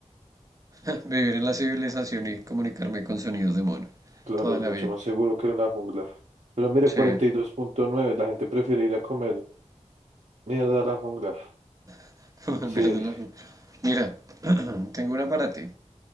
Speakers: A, on the right; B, on the right.
A: <laughs> Vivir en la civilización y comunicarme con sonidos de mono.
B: Claro,
A: Toda
B: es
A: la
B: mucho
A: vida.
B: más seguro que en la jungla. Pero mire,
A: Sí.
B: cuarenta y dos punto nueve. la gente prefiere ir a comer mierda a la jungla.
A: <laughs> Volver
B: Sí,
A: de la- Mira, <clears throat> tengo una para ti.